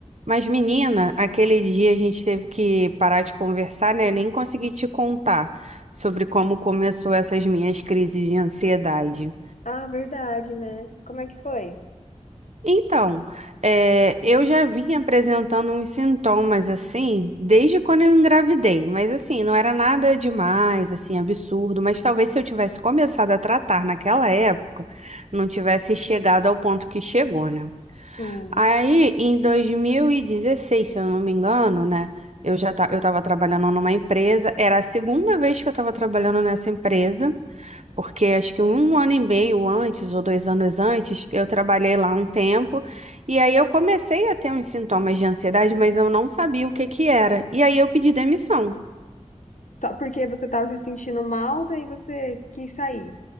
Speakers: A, on the right; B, on the left.
A: Mas, menina, aquele dia a gente teve que parar de conversar, né? Nem consegui te contar sobre como começou essas minhas crises de ansiedade.
B: Ah, verdade, né? Como é que foi?
A: Então, é, eu já vim apresentando uns sintomas assim desde quando eu engravidei, mas assim, não era nada demais, assim, absurdo, mas talvez se eu tivesse começado a tratar naquela época, não tivesse chegado ao ponto que chegou, né?
B: Sim.
A: Aí, em 2016, se eu não me engano, né? Eu já ta, eu estava trabalhando numa empresa. Era a segunda vez que eu estava trabalhando nessa empresa, porque acho que um ano e meio antes ou dois anos antes, eu trabalhei lá um tempo. E aí eu comecei a ter uns sintomas de ansiedade, mas eu não sabia o que que era. E aí eu pedi demissão.
B: Só porque você tava se sentindo mal, daí você quis sair.